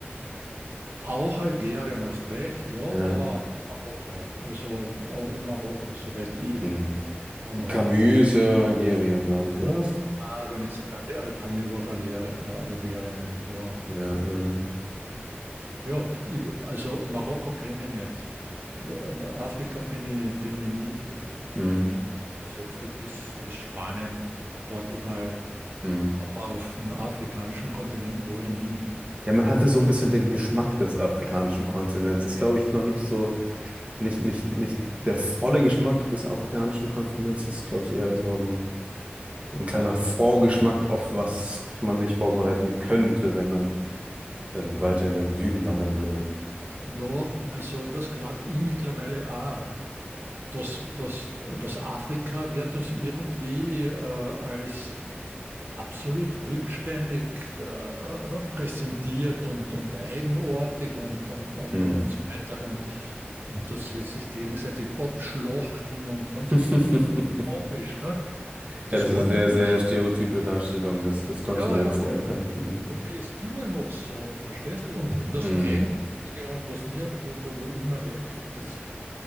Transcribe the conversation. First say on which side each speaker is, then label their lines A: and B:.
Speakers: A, on the right; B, on the right.
A: Auch Algerien, hast recht, ja, aber
B: Ja.
A: auch Marokko. Also auch in Marokko, soweit ich
B: Hm.
A: da noch
B: Camus,
A: informiert. bin.
B: ist ja Algerien, glaube ich, oder?
A: Ah, dann ist sogar die Al- Camus war Galer, äh, Algerien, ja.
B: Ja, ähm,
A: Ja, ich, also Marokko kenne ich nicht. Da, äh, Afrika bin ich, bin ich nie.
B: hm,
A: Nie das höchste bis, bis Spanien, Portugal,
B: hm.
A: aber auf dem afrikanischen Kontinent war ich nie.
B: Ja, man hatte so ein bisschen den Geschmack des afrikanischen Kontinents. Ist, glaube ich, noch nicht so. nicht, nicht, nicht der volle Geschmack des afrikanischen Kontinents. ist, glaube ich, eher so ein, ein kleiner Vorgeschmack auf was man sich vorbereiten könnte, wenn man ähm, weiter in den Süden wandern würde.
A: Ja, also das glaube ich mittlerweile auch. das das das Afrika wird uns irgendwie äh, als absolut rückständig äh, äh, präsentiert und, und eigenartig und, und, und,
B: Hm.
A: und so weiter. Und, und dass sie sich gegenseitig abschlachten und ganz
B: <laughs>
A: komisch. Ne? Das
B: Ja, das ist
A: war
B: eine sehr,
A: immer
B: sehr
A: schon.
B: stereotype Darstellung des, des Kontinents,
A: ja Ja,
B: ja klar. Hm.
A: Und der ist immer noch so, verstehst du? Und, und das
B: Hm.
A: Eigenartige und was mir, wo, wo ich immer denke, das